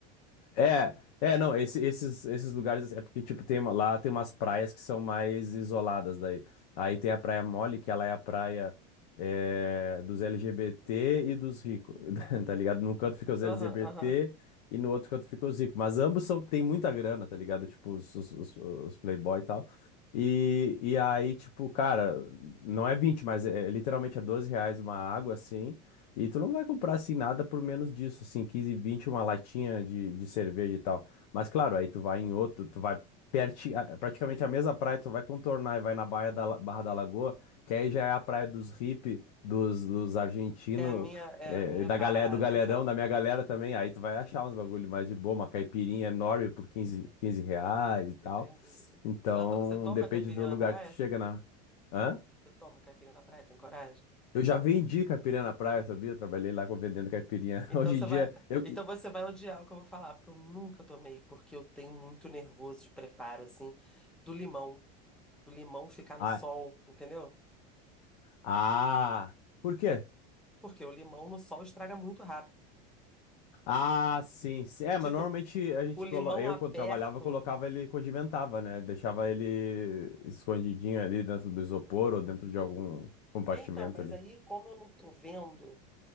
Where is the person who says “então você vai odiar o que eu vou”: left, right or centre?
Centre